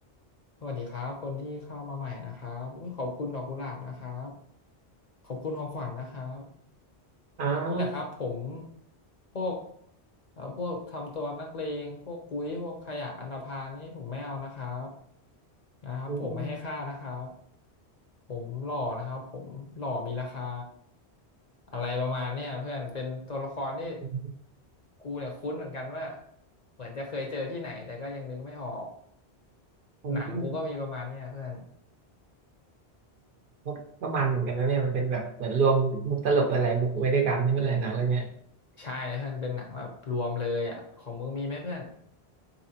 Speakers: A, on the left; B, on the right.
A: สวัสดีครับคนที่เข้ามาใหม่นะครับอุ๊ยขอบคุณดอกกุหลาบนะครับขอบคุณของขวัญนะครับ
B: อ่า
A: นี่แหละครับผมพวกเอ่อพวกทำตัวนักเลงพวกกุ้ยพวกขยะอันธพาลนี่ผมไม่เอานะครับนะครับผมไม่ให้ค่านะครับ
B: อืม
A: ผมหล่อนะครับผมหล่อมีราคาอะไรประมาณเนี่ยเพื่อนเป็นตัวละครที่
B: อืม
A: กูเนี่ยคุ้นเหมือนกันว่าเหมือนจะเคยเจอที่ไหนแต่ก็ยังนึกไม่ออก
B: อืม
A: หนังกูก็มีประมาณเนี่ยเพื่อน
B: ก็มันเหมือนกันนะเนี่ยมันเป็นแบบเหมือนรวมมุกตลกหลายๆมุกไว้ด้วยกันนี่เป็นไรหนังเรื่องเนี้ย
A: ใช่เพื่อนเป็นหนังแบบรวมเลยอ่ะของมึงมีไหมเพื่อน